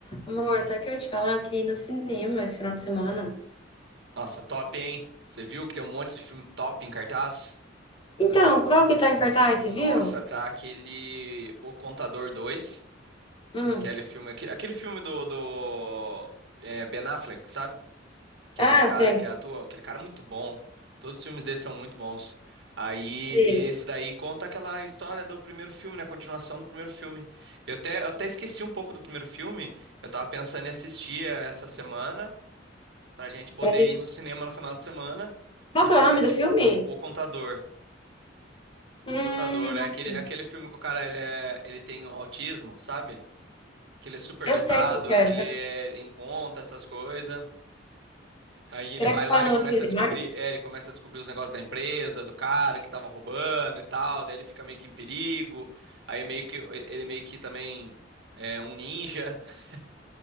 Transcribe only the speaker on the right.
Nossa, top, hein? Você viu que tem um monte de filme top em cartaz?
Nossa,
tá aquele O Contador 2,
que é aquele filme, aquele, aquele filme do, do é, Ben Affleck, sabe? Que
é aquele cara
que atua, aquele cara é muito bom. Todos os filmes dele são muito bons. Aí
e- esse daí conta aquela história do primeiro filme, né? A continuação do primeiro filme. Eu até, eu até esqueci um pouco do primeiro filme. Eu tava pensando em assistir essa semana. Pra gente poder
ir no cinema no final de semana
e,
po-
e
po-
o contador.
O contador,
é aquele,
aquele filme que o cara ele, é, ele tem autismo, sabe? Que ele é super
dotado,
que ele é em conta, essas coisas. Aí ele
vai
lá, ele
começa
a descobrir, é, ele começa a descobrir os negócios da empresa, do cara que tava roubando e tal, daí ele fica meio que em perigo. Aí meio que ele meio que também é um ninja. <laughs>